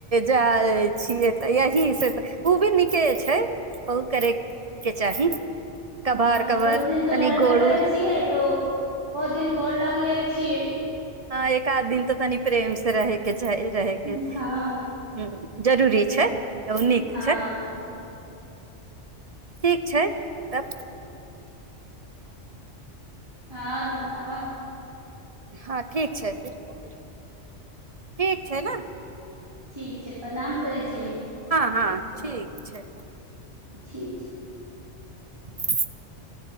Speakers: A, on the right; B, on the right.
A: जाइ छियै तऽ यही से तऽ ओ भी नीके छै ओ करै के चाही कभार
B: हँ
A: कभार
B: रोज दिन तऽ
A: तनि
B: लड़बे
A: गोड़
B: करै
A: उड़
B: छियै तऽ ओ दिन गोर लगले छियै
A: ह एकाद दिन।। त तनि प्रेमसे रहैके चाहि रहैके
B: हँ
A: हः। जरूरी छैय। त ओ निक
B: हँ
A: छैय। ठीक छैय तब।
B: आर बत। ताबा।
A: ह ठीक छैय। ठीक छैय नै।
B: ठीक छैय प्रणाम करै छी।।
A: ह ठीक। छैय।
B: ठीक छै
A: <unintelligible>